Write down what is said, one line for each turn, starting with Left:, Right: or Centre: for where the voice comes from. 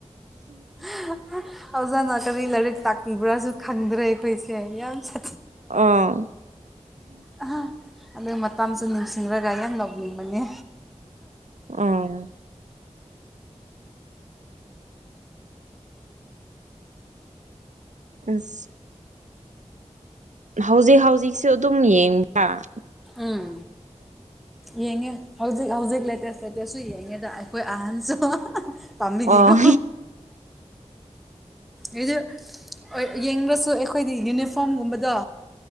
Centre: <unintelligible> ꯑꯣꯖꯥꯅ ꯀꯔꯤ ꯂꯥꯏꯔꯤꯛ ꯇꯥꯛꯄꯤꯕ꯭ꯔꯥꯁꯨ ꯈꯪꯗ꯭ꯔꯦ ꯑꯩꯈꯣꯏꯁꯦ ꯌꯥꯝ ꯁꯥ
Right: ꯑꯥ
Centre: ꯑ ꯑꯗꯨ ꯃꯇꯝꯁꯨ ꯅꯤꯡꯁꯤꯡꯔꯒ ꯌꯥꯝ ꯅꯣꯛꯅꯤꯡꯕꯅꯦ
Right: ꯎꯝ ꯑꯁ ꯍꯧꯖꯤꯛ ꯍꯧꯖꯤꯛꯁꯨ ꯑꯗꯨꯝ ꯌꯦꯡꯉꯤꯕꯥꯔꯣ
Centre: ꯎꯝ ꯌꯦꯡꯉꯦ ꯍꯧꯖꯤꯛ ꯍꯧꯖꯤꯛ ꯂꯦꯇꯦꯁ ꯂꯦꯇꯦꯁꯁꯨ ꯌꯦꯡꯉꯦꯗ ꯑꯩꯈꯣꯏ ꯑꯍꯟꯁꯨ ꯄꯝꯕꯒꯤ
Right: ꯑꯣ
Centre: ꯀꯣ ꯒꯤꯗꯨ ꯌꯦꯡꯂꯁꯨ ꯑꯩꯈꯣꯏꯗꯤ ꯌꯨꯅꯤꯐꯣꯔꯝ ꯒꯨꯝꯕꯗꯣ